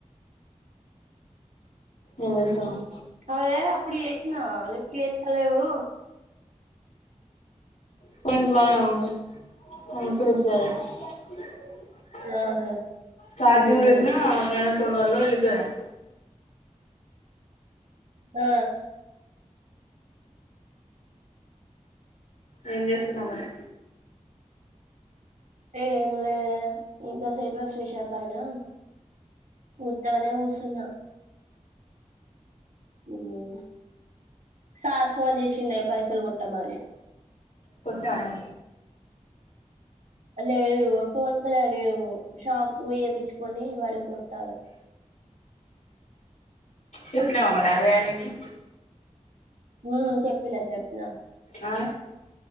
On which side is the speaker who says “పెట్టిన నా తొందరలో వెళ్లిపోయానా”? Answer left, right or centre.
Left